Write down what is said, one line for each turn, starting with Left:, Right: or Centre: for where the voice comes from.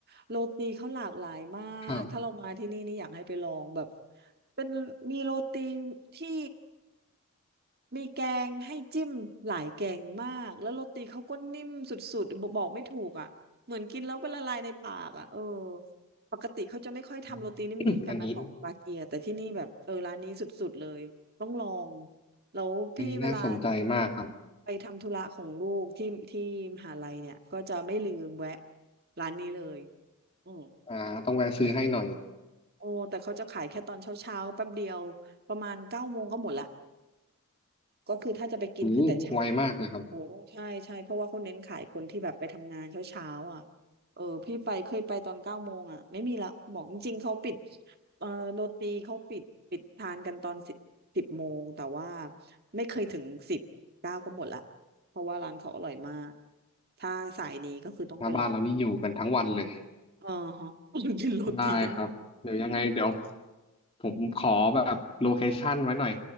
Right: โรตีเขาหลากหลายมากถ้าเรามาที่นี่นี่อยากให้ไปลองแบบ
Left: ครับ
Right: เป็นมีโรตีที่ มีแกงให้จิ้มหลายแกงมากแล้วโรตีเขาก็นิ่มสุดๆบอกบอกไม่ถูกอ่ะเหมือนกินแล้วเป็นละลายในปากอ่ะเออปกติเขาจะไม่ค่อยทำโรตีนิ่มๆกันนะของปาเกียแต่ที่นี่แบบเออร้านนี้สุดๆเลยต้องลอง
Left: อืม <coughs> อันนี้
Right: แล้วพี่เวลา
Left: อันนี้น่าสนใจมากครับ
Right: ไปทำธุระของลูกที่ที่มหาลัยเนี่ยก็จะไม่ลืมแวะร้านนี้เลยอืม
Left: อ่าต้องแวะซื้อให้หน่อย
Right: แต่เขาจะโอ้แต่เขาจะขายแค่ตอนเช้าๆแป๊บเดียวประมาณเก้าโมงก็หมดละก็คือถ้าจะไปกินคือแต่เช้า
Left: โอ้ไวมากเลยครับ
Right: โหใช่ใช่เพราะว่าเขาเน้นขายคนที่แบบไปทำงานเช้าเช้าอ่ะเออพี่ไปเคยไปตอนเก้าโมงอ่ะไม่มีละบอกจริงๆเขาปิดเออโรตีเขาปิดปิดทานกันตอนสิบสิบโมงแต่ว่าไม่เคยถึงสิบเก้าก็หมดละเพราะว่าร้านเขาอร่อยมากถ้าสายนี้ก็คือต้องไปลอง
Left: หน้าบ้านเรานี่อยู่กันทั้งวันเลย
Right: เออฮะ <laughs> กินโรตีทั้งวัน
Left: ได้ครับเดี๋ยวยังไงเดี๋ยวผมขอแบบโลเคชั่นไว้หน่อย